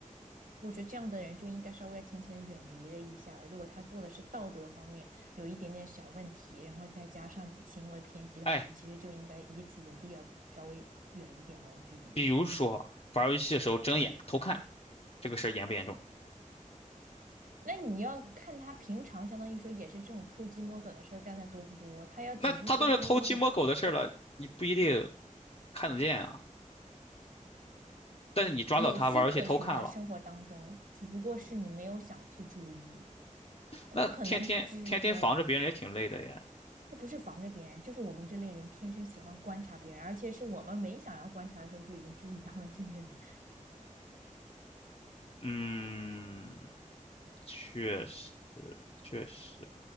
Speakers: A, on the right; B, on the left.
A: 我觉得这样的人就应该稍微要浅浅的远离了一下了。如果他做的是道德方面有一点点小问题，然后再加上行为偏激的话，
B: 哎，
A: 你其实就应该以此为例，要稍微远一点了距离。
B: 比如说玩儿游戏的时候睁眼偷看这个事儿严不严重？
A: 那你要嗯看他平常，相当于说也是这种偷鸡摸狗的事干的多不多。他要只是说是那一两
B: 那他都是偷鸡摸狗的事儿了，你不一定看得见啊。但是你抓到他玩儿游戏偷看了，
A: 有迹可循的生活当中，只不过是你没有想去注意，他不可能就是说
B: 那天天天天防着别人也挺累的呀。
A: 这不是防着别人，就是我们这类人天生喜欢观察别人，而且是我们没想要观察的时候就已经注意到了这些点。
B: 嗯，确实，确实，